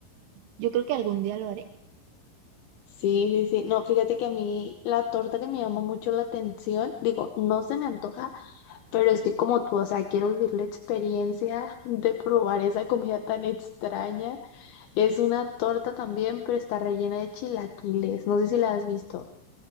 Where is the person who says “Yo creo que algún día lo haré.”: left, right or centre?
Right